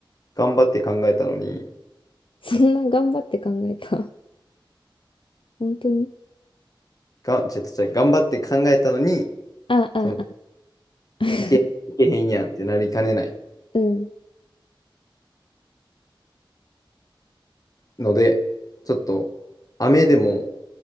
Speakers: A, on the left; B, on the left.
A: 頑張って考えたのに、
B: <laughs> そんな頑張って考えた。本当に
A: が、ちゃちょ、ちょ頑張って考えたのに、
B: あ、あ、
A: その、
B: あ、<laughs>
A: いけ、いけへんやんってなりかねない
B: うん。
A: ので、ちょっと、雨でも、